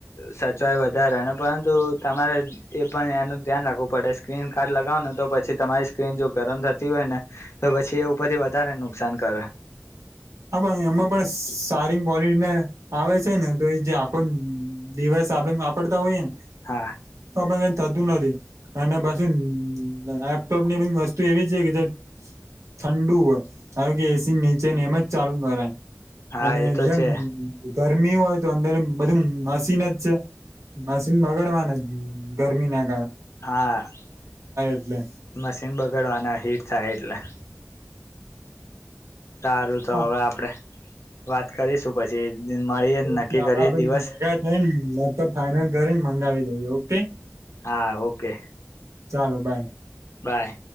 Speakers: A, on the left; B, on the right.
A: સચવાય વધારે પરંતુ તમારે એ પણ એનું ધ્યાન રાખવું પડે સ્ક્રીન કાર્ડ લગાવ ને તો પછી તમારી સ્ક્રીન જો ગરમ થતી હોય ને તો પછી એ ઉપરથી વધારે નુકસાન કરે
B: <inaudible> હા પણ એમાં પણ સારી ક્વોલિટીને આવે છે ને તો એ જે આખો દિવસ આપણે વાપરતા હોઈએ
A: હા
B: તો કઈ થતું નથી અને પછી લેપટોપની બી વસ્તુ એવી છે કે જે ઠંડુ હોય કે એસી નીચે એમ જ ચાલુ કરાય
A: હા
B: અને
A: એ તો
B: જેમ
A: છે
B: ગરમી હોય તો અંદર બધું મશીન જ છે મશીન બગાડવાનું જ ગરમીના
A: હા
B: એટલે
A: મશીન બગાડવાના હીટ થાય એટલે સારું તો
B: હા
A: હવે આપડે વાત કરીશું પછી મળીએ
B: <unintelligible>
A: નક્કી કરીએ દિવસ
B: થઈને લેપટોપ ફાઈનલ કરીને મંગાવી દઈએ ઓકે
A: હા ઓકે
B: ચાલો બાય
A: બાય